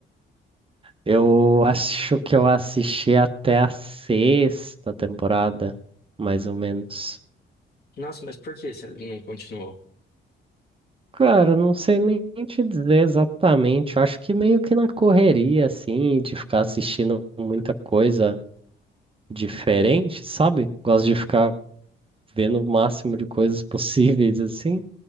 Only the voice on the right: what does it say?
Eu acho que eu assisti até a sexta temporada, mais ou menos.
Cara, eu não sei nem te dizer exatamente. Eu acho que meio que na correria, assim, de ficar assistindo muita coisa diferente, sabe? Gosto de ficar vendo o máximo de coisas possíveis, assim,